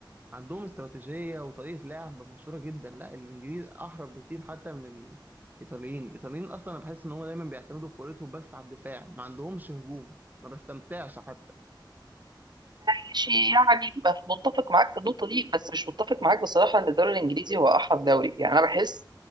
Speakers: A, on the right; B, on the right.
A: عندهم استراتيجية وطريقة لعب مشهورة جدا لا الانجليز احرف بكتير حتى من الايطاليين الايطاليين اصلا انا بحس ان هما دايما بيعتمدوا كورتهم بس على الدفاع ما عندهمش هجوم ما بستمتعش حتى
B: ماشي يعني بف- متفق معاك في النقطة دي بس مش متفق معاك بصراحة إن الدوري الإنجليزي هو أحرف دوري يعني أنا بحس